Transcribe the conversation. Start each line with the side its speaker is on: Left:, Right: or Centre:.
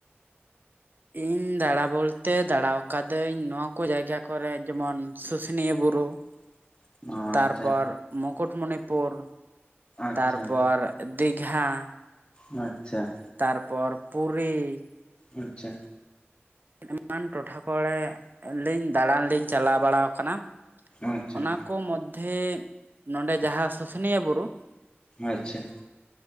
Right: ᱤᱧ ᱫᱟᱬᱟ ᱵᱚᱞᱛᱮ ᱫᱟᱬᱟ ᱟᱠᱟᱫᱟᱹᱧ ᱱᱚᱣᱟ ᱠᱚ ᱡᱟᱭᱜᱟ ᱠᱚᱨᱮ ᱡᱮᱢᱚᱱ ᱥᱩᱥᱩᱱᱤᱭᱟᱹ ᱵᱩᱨᱩ ᱾
Left: <inaudible> ᱟᱪᱪᱷᱟ
Right: ᱛᱟᱨᱯᱚᱨ ᱢᱩᱠᱩᱴᱢᱚᱱᱤᱯᱩᱨ,
Left: ᱟᱪᱪᱷᱟ
Right: ᱛᱟᱨᱯᱚᱨ ᱼᱼ ᱫᱤᱜᱷᱟ ᱾
Left: ᱟᱪᱪᱷᱟ ᱾
Right: ᱛᱟᱨᱯᱚᱨ ᱯᱩᱨᱤ ᱾
Left: ᱟᱪᱪᱷᱟ ᱾
Right: ᱮᱢᱟᱱ ᱴᱚᱴᱷᱟ ᱠᱚᱲᱮ ᱞᱤᱧ ᱫᱟᱬᱟᱱ ᱞᱤᱧ ᱪᱟᱞᱟᱣ ᱵᱟᱲᱟᱣ ᱟᱠᱟᱱᱟ ᱾
Left: ᱟᱪᱪᱷᱟ
Right: ᱚᱱᱟ ᱼᱼ ᱠᱚ ᱢᱚᱫᱽᱫᱷᱮ ᱱᱚᱰᱮ ᱡᱟᱦᱟᱸ ᱥᱩᱥᱩᱱᱤᱭᱟ ᱵᱩᱨᱩ ᱾
Left: ᱟᱪᱪᱷᱟ ᱾